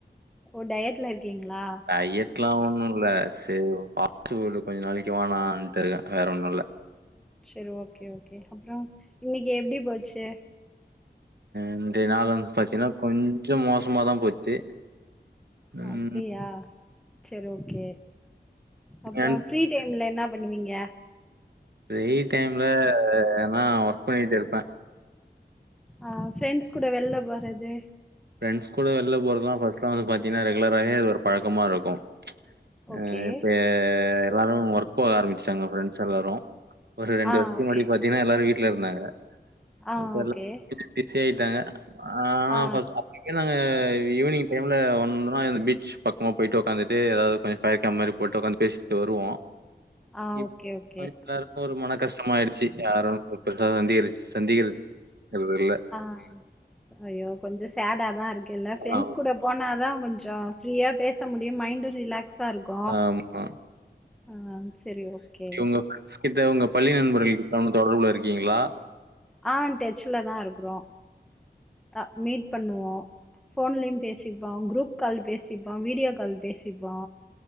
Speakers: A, in the centre; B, on the right.
A: ஓ டயட்ல இருக்கீங்ளா
B: டயட்லா ஒன்னு இல்ல சரி ஃபாஸ் ஃபுட்டு கொஞ்ச நாளைக்கு வேணான்ட்டு இருக்கே வேற ஒன்னு இல்ல
A: சேரி ஓகே ஓகே அப்றோ இன்னைக்கு எப்டி போச்சு
B: இன்றைய நாள் வந்து பாத்தினா கொஞ்சோ மோசமாதா போச்சு ம்
A: அப்டியா செரி ஓகே அப்றோ
B: ஏன்
A: ஃப்ரீ டைம்ல என்னா பண்ணுவீங்க
B: ஃப்ரீ டைம்ல எதனா ஒர்க் பண்ணிட்டு இருப்பே
A: ஆ ஃபிரெண்ட்ஸ் கூட வெள்ல போறது
B: ஃப்ரெண்ட்ஸ் கூட வெள்ல போறதுல ஃபஸ்ட்லா வந்து பாத்தினா ரெகுலராவே அது ஒரு பழக்கமாருக்கு ஆ
A: ஓகே
B: இப்ப எல்லாரு ஒர்க் போக ஆரம்பிச்ட்டாங்க ஃப்ரெண்ட்ஸ் எல்லாரு ஒரு ரெண்டு
A: ஆ
B: வர்ஷத்துக்கு
A: ஓகே
B: முன்னடி பாத்தீங்னா எல்லாரு வீட்ல இருந்தாங்க
A: ஆ
B: இப்ப
A: ஓகே
B: எல்லாமே <inaudible> பிஸி ஆயிட்டாங்க ஆனா
A: ஆ
B: ஃபஸ் இக்கனா ஈவினிங் டைம்ல வந்தோனா எதா பீச் பக்கமா போயிட்டு ஒக்காந்துட்டு எதாது கொஞ்ச பயக்க மாரி போட்டு உக்காந்து பேசிட்டு வருவோ
A: ஆ
B: இப்
A: ஓகே ஓகே
B: <inaudible> இப்ப ஒரு மன கஷ்டமா ஆயிடுச்சு யாரு இப்ப பெருசா வந்து சந்திக்கறது இல்ல
A: ஆ ஐயோ கொஞ்ச சேடா தா இருக்கு எல்லா ஃப்ரெண்ட்ஸ்
B: ஆ
A: கூட போனா தா கொஞ்சோ ஃப்ரீயா பேச முடியு மைண்டு ரிலாக்ஸ் சாருக்கு
B: ஆமா
A: ஆ செரி ஓகே
B: உங்க கிட்ட ஒங்க பள்ளி நண்பர்களுக்கு <unintelligible> தொடர்புல இருக்கீங்களா
A: ஆ டெச்சல தா இருக்குறோ ஆ மீட் பண்ணுவோ ஃபோன்லயு பேசிப்போ குரூப் கால் பேசிப்போ வீடியோ கால் பேசிப்போ